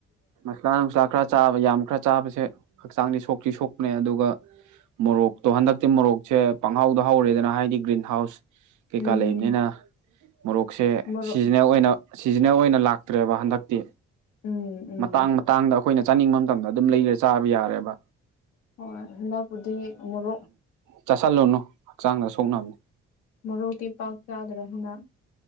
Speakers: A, on the right; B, on the left.
A: ꯃꯁꯥ ꯅꯨꯡꯁꯥ ꯈꯔ ꯆꯥꯕ ꯌꯥꯝ ꯈꯔ ꯆꯥꯕꯁꯦ ꯍꯛꯆꯥꯡꯗꯤ ꯁꯣꯛꯇꯤ ꯁꯣꯛꯄꯅꯦ ꯑꯗꯨꯒ ꯃꯣꯔꯣꯛꯇꯣ ꯍꯟꯗꯛꯇꯤ ꯃꯣꯔꯣꯛꯁꯦ ꯄꯪꯍꯥꯎꯗ ꯍꯧꯔꯦꯗꯅ ꯍꯥꯏ ꯍꯥꯏꯗꯤ ꯒ꯭ꯔꯤꯟ ꯍꯥꯎꯁ ꯀꯩꯀꯥ
B: ꯎꯝ
A: ꯂꯩꯕꯅꯤꯅ ꯃꯣꯔꯣꯛꯁꯦ
B: ꯃꯣꯔꯣꯛ
A: ꯁꯤꯖꯤꯅꯦꯦꯜ ꯑꯣꯏꯅ ꯁꯤꯖꯤꯅꯦꯜ ꯑꯣꯏꯅ ꯂꯥꯛꯇ꯭ꯔꯦꯕ ꯍꯟꯗꯛꯇꯤ
B: ꯎꯝ ꯎꯝ
A: ꯃꯇꯥꯡ ꯃꯇꯥꯡꯗ ꯑꯩꯈꯣꯏꯅ ꯆꯥꯅꯤꯡꯕ ꯃꯇꯝꯗ ꯑꯗꯨꯝ ꯂꯩꯈ꯭ꯔꯦ ꯆꯥꯕ ꯌꯥꯔꯦꯕ
B: ꯍ ꯍ ꯈꯨꯗꯤ ꯃꯔꯣꯛ
A: ꯆꯥꯥꯁꯜꯂꯨꯅꯨ ꯍꯛꯆꯥꯡꯗ ꯁꯣꯛꯅꯕꯅꯤ
B: ꯃꯔꯣꯛꯇꯤ ꯄꯥꯛ ꯆꯥꯗ꯭ꯔꯦ ꯍꯥꯏꯅ